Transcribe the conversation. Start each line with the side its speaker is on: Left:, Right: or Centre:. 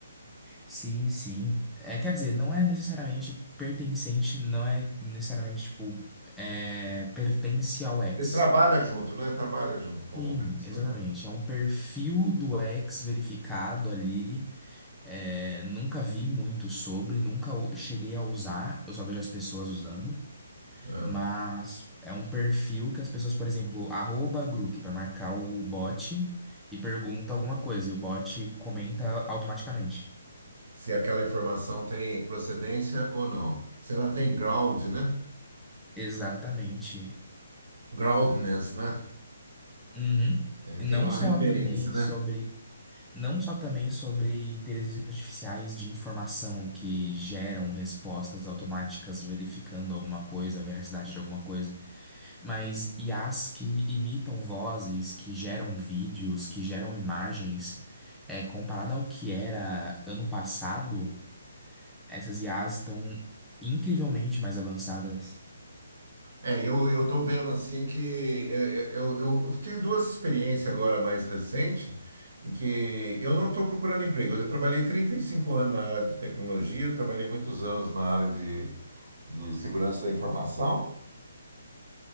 Centre: Sim, sim. É, quer dizer, não é necessariamente pertencente, não é necessariamente, tipo, é, pertence ao X.
Right: Ele trabalha junto, né? Trabalha junto com
Centre: Sim,
Right: o X,
Centre: exatamente.
Right: né?
Centre: É um perfil do X verificado ali. É, nunca vi muito sobre, nunca o- cheguei a usar, eu só vejo as pessoas usando.
Right: É.
Centre: Mas é um perfil que as pessoas, por exemplo, arroba Grok para marcar o bot e pergunta alguma coisa e o bot comenta automaticamente.
Right: Se aquela informação tem procedência ou não. Se ela tem ground, né?
Centre: Exatamente.
Right: Groundness, né?
Centre: Uhum.
Right: É,
Centre: E
Right: tem
Centre: não
Right: uma
Centre: só
Right: referência,
Centre: também
Right: né?
Centre: sobre Não só também sobre inteligências artificiais de informação que geram respostas automáticas verificando alguma coisa, a veracidade de alguma coisa, mas IAs que imitam vozes, que geram vídeos, que geram imagens. É, comparado ao que era ano passado, essas IAs estão incrivelmente mais avançadas.
Right: É, eu, eu tô vendo assim que é, é, eu, eu, eu tenho duas experiências agora mais recente em que eu não estou procurando emprego. Eu já trabalhei 35 anos na área de tecnologia, eu trabalhei muitos anos na área de, de segurança da informação.